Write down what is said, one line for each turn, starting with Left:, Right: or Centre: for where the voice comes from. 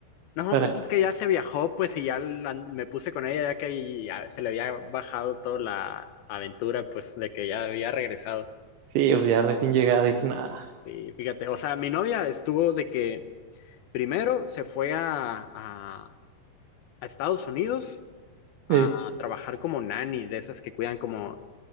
Left: No,
Right: para,
Left: pues es que ya se viajó, pues, y ya la- me puse con ella, ya que ahí ya se le había bajado toda la aventura, pues, de que ya había regresado.
Right: sí, os ya recién llegada, dije, nada,
Left: Sí, fíjate, o sea, mi novia estuvo de que Primero se fue a, a- a Estados Unidos a
Right: sí,
Left: trabajar como nanny, de esas que cuidan como,